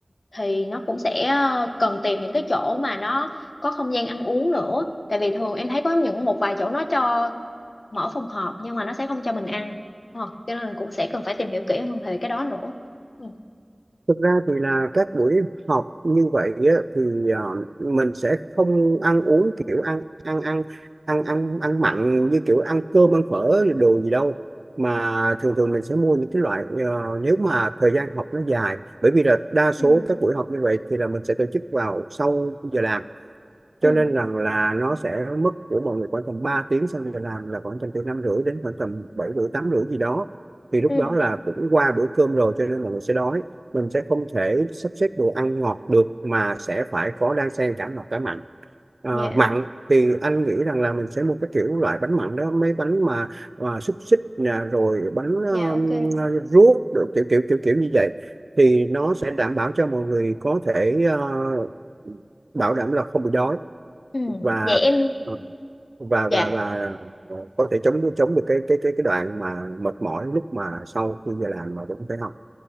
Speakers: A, on the left; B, on the right.
A: thì nó cũng sẽ ờ, cần tìm những cái chỗ mà nó có không gian ăn uống nữa tại vì thường em thấy có những một vài chỗ nó cho mở phòng họp nhưng mà nó sẽ không cho mình ăn đúng không cho nên mình cũng sẽ cần phải tìm hiểu kỹ hơn về cái đó nữa ừ.
B: Thực ra thì là các buổi họp như vậy á, thì ờ, mình sẽ không ăn uống kiểu ăn ăn ăn ăn ăn ăn mặn như kiểu ăn cơm ăn phở đồ gì đâu mà thường thường mình sẽ mua những cái loại ờ, nếu mà thời gian học nó dài bởi vì là đa số
A: ừ
B: các buổi họp như vậy thì là mình sẽ tổ chức vào sau giờ làm
A: ừ
B: cho nên rằng là nó sẽ mất của mọi người khoảng tầm 3 tiếng sau giờ làm là khoảng tầm từ năm rưỡi đến khoảng tầm bảy rưỡi tám rưỡi gì đó thì lúc
A: ừ
B: đó là cũng qua bữa cơm rồi cho nên mọi người sẽ đói mình sẽ không thể sắp xếp đồ ăn ngọt được mà sẽ phải có đan xen cả ngọt cả mặn À,
A: dạ
B: mặn thì anh nghĩ rằng là mình sẽ mua cái kiểu loại bánh mặn đó mấy bánh mà, mà xúc xích nè, rồi bánh um,
A: dạ ok
B: ruốc rồi kiểu kiểu kiểu kiểu như vậy thì nó sẽ đảm bảo cho mọi người có thể ờ, bảo đảm là không bị đói
A: Ừ.
B: và
A: vậy em
B: ờ, và và
A: dạ
B: và ờ, có thể chống chống được cái cái cái cái đoạn mà mệt mỏi lúc mà sau khi giờ làm mà vẫn phải học